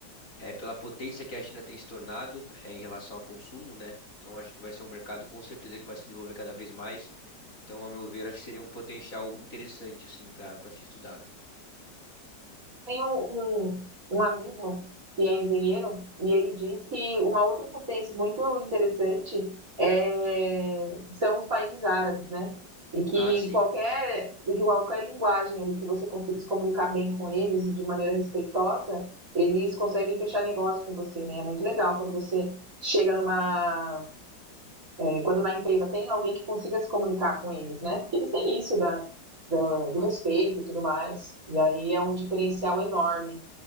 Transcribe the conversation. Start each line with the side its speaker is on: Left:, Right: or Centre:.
Left: é, pela potência que a China tem se tornado é, em relação ao consumo, né? Então acho que vai ser um mercado com certeza que vai se desenvolver cada vez mais. Então, ao meu ver, acho que seria um potencial interessante assim para para ser estudado.
Right: Tem um, um, um amigo que é engenheiro e ele diz que uma outra potência muito interessante é, são os países árabes, né? E que
Left: Ah, sim.
Right: qualquer, e que qualquer linguagem ali que você consiga se comunicar bem com eles e de maneira respeitosa, eles conseguem fechar negócio com você, né? É muito legal quando você chega numa. é, quando na empresa tem alguém que consiga se comunicar com eles, né? Porque eles têm isso da, da- do respeito e tudo mais. E aí é um diferencial enorme.